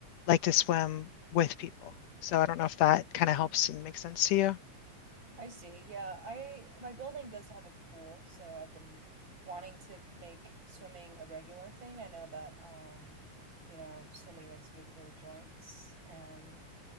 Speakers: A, on the left; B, on the right.
A: like to swim with people. So I don't know if that kind of helps and makes sense to you.
B: I see. Yeah, I my building does have a pool, so I've been wanting to make swimming a regular thing. I know that um, you know, swimming is good for the joints, and